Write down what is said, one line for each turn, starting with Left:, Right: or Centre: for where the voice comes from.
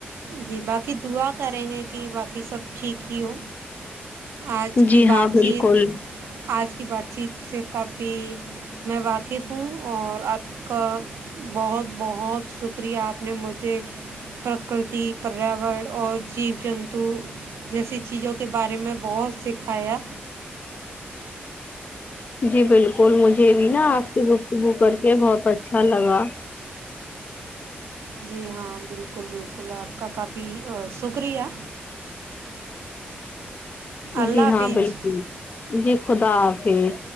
Right: جی باقی دعا کریں گے کی باقی سب ٹھیک ہی ہو آج
Left: جی
Right: کی
Left: ہاں
Right: بات
Left: بالکل
Right: چیت آج کی بات چیت سے کافی میں واقف ہوں اور آپ کا بہت بہت شکریہ آپ نے مجھے پرکرتی پریاور اور جیو جنتو جیسی چیزوں کے بارے میں بہت سکھایا
Left: جی بالکل مجھے بھی نا آپ سے گفتگو کر کے بہت اچھا لگا
Right: جی ہاں بالکل بالکل آپ کا کافی شکریہ اللہ
Left: جی ہاں
Right: حافظ
Left: بالکل جی خدا حافظ